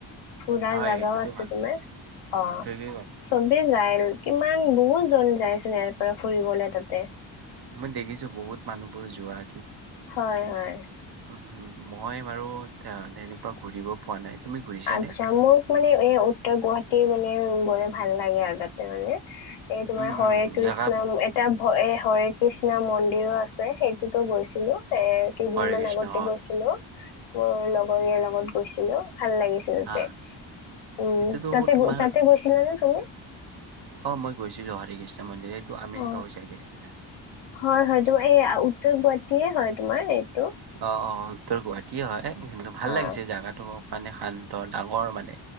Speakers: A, on the left; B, on the right.
A: ফুৰা
B: হয়
A: জেগাও
B: সেইটোতো
A: আছে
B: হয়
A: তোমাৰ অ
B: ঠিকেই ক'লা
A: চবেই যায় কিমান বহুত জন যায় চোন ইয়াৰ পৰা ফুৰিবলৈ তাতে
B: মই দেখিছো বহুত মানুহবোৰ যোৱা।
A: হয় হয়।
B: উ মই বাৰু তেনেকুৱা ঘূৰিব পোৱা নাই। তুমি ঘূৰিছানে?
A: আচ্ছা মোক মানে এই উত্তৰ গুৱাহাটী মানে উম ভাল লাগে আৰু তাতে মানে এই তোমাৰ
B: উম
A: হৰে
B: উম
A: কৃষ্ণ
B: জেগা
A: এটা- হৰে কৃষ্ণ মন্দিৰো আছে সেইটোতো গৈছিলো এ কেইদিন
B: হৰে
A: মমান
B: কৃষ্ণ
A: আগতে
B: অ
A: গৈছিলো, মোৰ লগৰ লগত গৈছিলো ভাল লাগিল। হিহঁতে,
B: হা
A: উম
B: এইটোতো
A: তাতে
B: তোমাৰ
A: তাতে গৈছিলা ন তুমি?
B: অ মই গৈছিলো হৰি কৃষ্ণ মন্দিৰ। সেইটো আমিন
A: অ
B: গাঁৱৰ চাইডে আছিলে।
A: হয় হয় তোমাৰ এই উত্তৰ গুৱাটীয়ে হয় তোমাৰ- এইটো
B: অ অ উত্তৰ গুৱাহাটীয়ে হয় কি ভাল
A: হয়
B: লাগিছে জাগাতটো মানে শান্ত ডাঙৰ মানে।